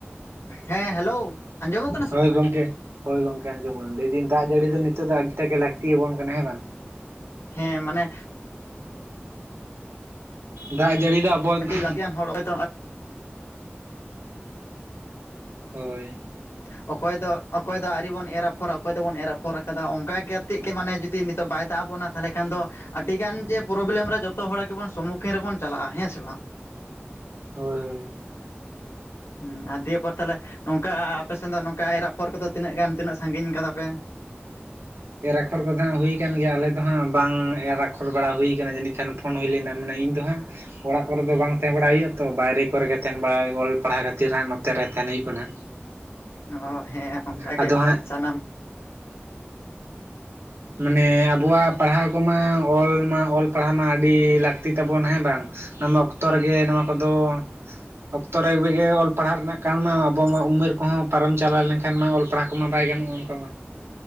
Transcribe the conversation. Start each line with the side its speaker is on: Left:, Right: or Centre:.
Left: ᱦᱮᱸ ᱦᱮᱞᱳ ᱟᱸᱡᱚᱢᱚᱜ ᱠᱟᱱᱟ ᱥᱮ
Right: ᱦᱳᱭ
Left: ᱵᱟᱝ
Right: ᱜᱚᱢᱠᱮ ᱦᱳᱭ ᱜᱚᱢᱠᱮ ᱟᱸᱡᱚᱢ ᱵᱚᱱᱟ ᱞᱟᱹᱭ ᱫᱤᱱ ᱫᱟᱜ ᱡᱟᱹᱲᱤ ᱫᱚ ᱱᱤᱛᱚᱜ ᱫᱚ ᱟᱹᱰᱤ ᱴᱟᱜ ᱜᱮ ᱞᱟᱹᱠᱛᱤᱭᱟ ᱵᱚᱱ ᱠᱟᱱᱟ ᱦᱮᱸ ᱵᱟᱝ
Left: ᱦᱮᱸ ᱢᱟᱱᱮ
Right: ᱫᱟᱜ ᱡᱟᱹᱲᱤ ᱫᱚ ᱟᱵᱚᱣᱟᱜ
Left: ᱟᱹᱰᱤ
Right: <inaudible>
Left: ᱞᱟᱹᱠᱛᱤᱭᱟᱱ <inaudible>
Right: ᱦᱳᱭ
Left: ᱚᱠᱚᱭ ᱫᱚ ᱚᱠᱚᱭ ᱫᱚ ᱟᱹᱣᱨᱤ ᱵᱚᱱ ᱮᱨ ᱟᱯᱷᱚᱨᱟ ᱚᱠᱚᱭ ᱫᱚᱵᱚᱱ ᱮᱨ ᱟᱯᱷᱚᱨ ᱟᱠᱟᱫᱟ ᱚᱱᱠᱟ ᱠᱟᱛᱮᱫ ᱜᱮ ᱢᱟᱱᱮ ᱡᱩᱫᱤ ᱱᱤᱛᱚᱜ ᱵᱟᱭ ᱫᱟᱜ ᱟᱵᱚᱱᱟ ᱛᱟᱦᱞᱮ ᱠᱷᱟᱱ ᱫᱚ ᱟᱹᱰᱤ ᱜᱟᱱ ᱡᱮ ᱯᱨᱚᱵᱞᱮᱢ ᱨᱮ ᱡᱚᱛᱚ ᱦᱚᱲ ᱜᱮᱵᱚᱱ ᱥᱚᱢᱢᱩᱠᱷᱤᱱ ᱨᱮᱵᱚᱱ ᱪᱟᱞᱟᱜᱼᱟ ᱦᱮᱸ ᱥᱮ ᱵᱟᱝ
Right: ᱦᱳᱭ ᱦᱳᱭ
Left: ᱦᱩᱸ ᱟᱨ ᱫᱤᱭᱮᱯᱚᱨ ᱛᱟᱦᱞᱮ ᱱᱚᱝᱠᱟ ᱟ ᱟᱯᱮ ᱥᱮᱱ ᱫᱚ ᱱᱚᱝᱠᱟ ᱮᱨ ᱟᱯᱷᱚᱨ ᱠᱚᱫᱚ ᱛᱤᱱᱟᱹᱜ ᱜᱟᱱ ᱛᱤᱱᱟᱹᱜ ᱥᱟᱺᱜᱤᱧ ᱠᱟᱫᱟ ᱯᱮ
Right: ᱮᱨ ᱟᱠᱷᱚᱨ ᱠᱚᱫᱚ ᱦᱟᱸᱜ ᱦᱩᱭ ᱠᱟᱱ ᱜᱮᱭᱟ ᱟᱞᱮ ᱫᱚ ᱦᱟᱸᱜ ᱵᱟᱝ ᱮᱨ ᱟᱠᱷᱚᱨ ᱵᱟᱲᱟ ᱦᱩᱭ ᱠᱟᱱᱟ ᱡᱟᱹᱱᱤᱡ ᱠᱷᱟᱱ ᱯᱷᱳᱱ ᱦᱩᱭ ᱞᱮᱱᱟ ᱢᱟᱱᱮ ᱤᱧᱫᱚ ᱦᱟᱸᱜ ᱚᱲᱟᱜ ᱠᱚᱨᱮ ᱫᱚ ᱵᱟᱝ ᱛᱟᱦᱮᱸ ᱵᱟᱲᱟ ᱦᱩᱭᱩᱜᱼᱟ ᱛᱚ ᱵᱟᱭᱨᱮ ᱠᱚᱨᱮ ᱜᱮ ᱛᱟᱦᱮᱱ ᱵᱟᱲᱟ ᱚᱞ ᱯᱟᱲᱦᱟᱣ ᱠᱷᱟᱹᱛᱤᱨ ᱦᱟᱸᱜ ᱱᱚᱛᱮ ᱨᱮ ᱛᱟᱦᱮᱱ ᱦᱩᱭᱩᱜ ᱠᱟᱱᱟ
Left: ᱚ ᱦᱮᱸ ᱚᱱᱠᱟ
Right: ᱟᱫᱚ
Left: ᱜᱮ
Right: ᱦᱟᱸᱜ
Left: ᱥᱟᱱᱟᱢᱼᱼ
Right: ᱢᱟᱱᱮ ᱟᱵᱚᱣᱟᱜ ᱯᱟᱲᱦᱟᱣ ᱠᱚᱢᱟ ᱚᱞ ᱢᱟ ᱚᱞ ᱯᱟᱲᱦᱟᱣ ᱢᱟ ᱟᱹᱰᱤ ᱞᱟᱹᱠᱛᱤ ᱛᱟᱵᱚᱱᱟ ᱦᱮᱸ ᱵᱟᱝ ᱱᱚᱣᱟ ᱚᱠᱛᱚ ᱨᱮᱜᱮ ᱱᱚᱣᱟ ᱠᱚᱫᱚ ᱚᱠᱛᱚ ᱨᱮᱜᱮ <inaudible> ᱚᱞ ᱯᱟᱲᱦᱟᱣ ᱨᱮᱱᱟᱜ ᱠᱟᱱ ᱢᱟ ᱟᱵᱚ ᱢᱟ ᱩᱢᱮᱨ ᱠᱚ ᱦᱚᱸ ᱯᱟᱨᱚᱢ ᱪᱟᱞᱟᱣ ᱞᱮᱱ ᱠᱷᱟᱱ ᱢᱟ ᱚᱞ ᱯᱟᱲᱦᱟᱣ ᱠᱚᱢᱟ ᱵᱟᱭ ᱜᱟᱱᱚᱜᱼᱟ ᱚᱱᱠᱟ ᱢᱟ